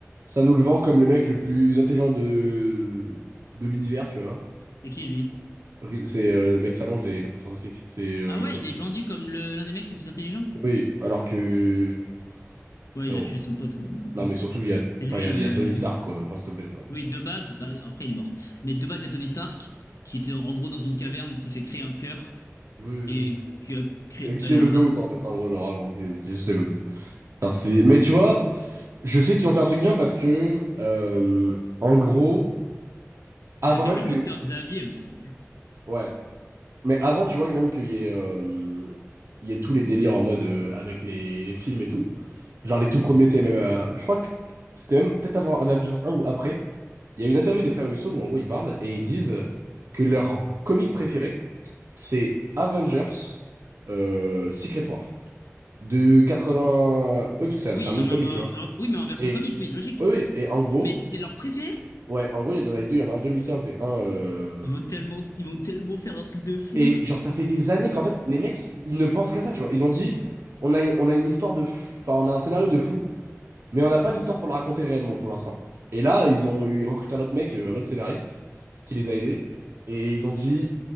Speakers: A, on the right; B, on the left.
A: ça nous le vend comme le mec le plus intelligent de, de l'univers, tu vois.
B: C'est qui lui?
A: Re- C'est euh, le mec qui s'allonge des Quatre fantastiques. C'est euh,
B: Ah
A: le
B: ouais,
A: surtout.
B: il est vendu comme le- l'un des mecs les plus intelligents.
A: Oui, alors que.
B: Ouais,
A: Frérot.
B: il a tué son pote, quoi.
A: Non, mais surtout, il y a,
B: C'est lui.
A: enfin, il y a, il
B: euh,
A: y a Tony Stark, quoi. Enfin, s'il te plaît, genre.
B: Oui, de base, bah, après il est mort. Mais de base, il y a Tony Stark, qui était en gros dans une caverne, qui s'est créé un cœur
A: Oui, oui.
B: et
A: oui.
B: qui a créé
A: Et qui
B: Iron
A: est le
B: Man.
A: GOAT, en fait, en gros, genre, vraiment, qui est qui est juste le GOAT. Enfin, c'est- mais tu vois, je sais qu'ils vont faire un truc bien parce que, euh, en gros, avant
B: Et t'as quand
A: même
B: même le
A: que.
B: docteur Xavier aussi.
A: Ouais. Mais avant, tu vois, même qu'il y ait, euh, il y ait tous les délires en mode euh, avec les, les films et tout. Genre les tout premiers, tu sais, même. euh, je crois que c'était même peut-être avant Avengers un ou après. Il y a une interview des frères Russo où en gros ils parlent et ils disent que leur comic préféré, c'est Avengers euh, Secret War. De 80. Oui, parce que c'est un
B: Oui,
A: c'est un nom de
B: mais
A: comic,
B: en, en-
A: tu vois.
B: en- oui, mais en version
A: Et,
B: comique, oui, logique.
A: oui, oui, et en gros,
B: Mais c'est leur préféré.
A: ouais, en gros, il y en a les deux, il y en a un 2015 et un. euh,
B: Ils vont tellement, ils vont tellement faire un truc de fou.
A: Et genre, ça fait des années qu'en fait, les mecs, ils ne pensent qu'à ça, tu vois. Ils ont dit, on a, on a une histoire de fou, enfin, on a un scénario de fou, mais on n'a pas l'histoire pour le raconter réellement pour l'instant. Et là, ils ont eu, recruté un autre mec, euh, un autre scénariste, qui les a aidés. Et ils ont dit,